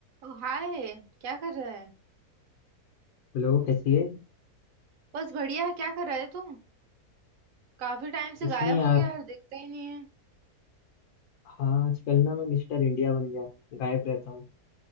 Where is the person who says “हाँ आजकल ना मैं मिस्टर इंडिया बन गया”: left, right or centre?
Left